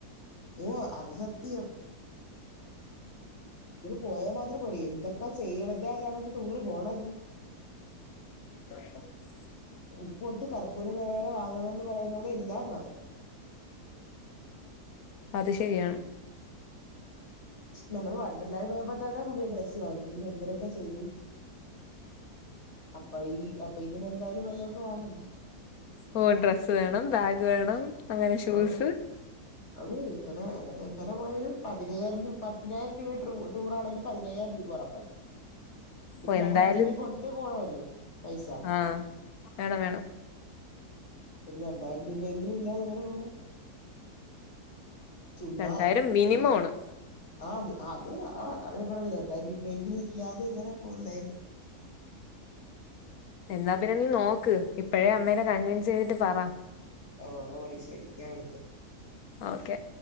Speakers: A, on the left; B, on the left.
A: ഓ അത് സത്യം ടൂറ് പോയാൽ മാത്രം പോരൈ എന്തൊക്കെ ചെയ്യണചിലാ ടൂർ പോണോ
B: <inaudible>
A: ഉപ്പൊട്ട് കർപ്പൂരം വെരെ വാങ്ങണംന്ന് പറയുന്നപോലെ എല്ലാം വാങ്ങണം
B: അത് ശരിയാ
A: നമ്മള് വണ്ടർലായ് പോയപ്പോ തന്നെ പുതിയ ഡ്രസ്സ് വാങ്ങി എന്തിതിനൊക്കെ ചെയ്തു അപ്പൊ ഈ അപ്പൊ ഇതിനെന്തായാലും വല്ലൊവക്കെ വാങ്ങണ്ടേ
B: ഓ ഡ്രസ്സ് വേണം ബാഗ് വേണം അങ്ങനെ ഷൂസ്
A: ആ അത് ഇങ്ങനെ എങ്ങനെ പോയാലും പതിനായിരം രൂപി പതിനായിരം രൂപ ടൂർ ആണെങ്കിൽ പതിനയ്യായിരം രൂപ ഉറപ്പായിടു പിന്നെ
B: ഓ
A: നമ്മളെന്തെങ്കിലും
B: എന്തായാലും
A: കൊണ്ടു പോണലോ പൈസ
B: ആഹ് വേണം വേണം
A: ഒരു രണ്ടായിരം രൂപയെങ്കിലും ഇല്ലെതെങനെപോണ് ചുമ്മാ
B: രണ്ടായിരം മിനിമം
A: ഉ
B: ആണ്
A: ആ അത് ആ പറഞ്ഞു രണ്ടായിരം രൂപയെങ്കിലും ഇല്ലാതെ എങ്ങനെ പോവുന്നേ
B: എന്നാ പിന്നെ നോക്ക് ഇപ്പഴേ അമ്മേനെ കൺവൈൻസ് ചെയ്തിട്ട് പറ
A: ഓ ഓടി ശരി ഞാൻ വിളിക്കാം
B: ഓക്കെ